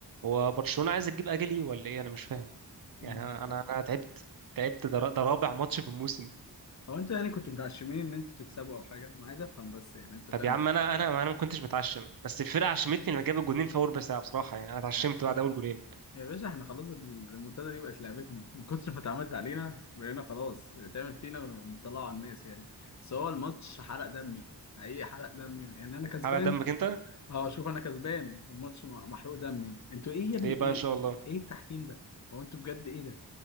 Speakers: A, on the right (about 55°); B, on the left (about 40°).
A: هو برشلونة عايز تجيب اجلي ولا ايه انا مش فاهم
B: آه.
A: يعني انا انا أنا تعبت تعبت ده را- ده رابع ماتش في الموسم
B: هو انتوا يعني كنتوا متعشمين ان انتوا تكسبوا او حاجه انا عايز افهم بس يعني انتوا
A: طب
B: كان
A: يا عم انا انا انا ما كنتش متعشم بس الفرقه عشمتني لما جاب الجونين في اول ربع ساعه بصراحه يعني انا اتعشمت
B: آه،
A: بعد اول جونين
B: يا باشا احنا خلاص الريمونتادا دي بقت لعبتنا من كتر ما اتعملت علينا بقينا خلاص بتعمل فينا مطلعوا على الناس يعني بس هو الماتش حرق دمي حقيقي حرق دمي يعني انا كسبان
A: حرق دمك انت
B: اه شوف انا كسبان والماتش مح- محروق دمي انتوا ايه يا ابني
A: ليه بقى
B: ايه
A: ان شاء الله
B: ايه التحكيم ده هو انتوا بجد ايه ده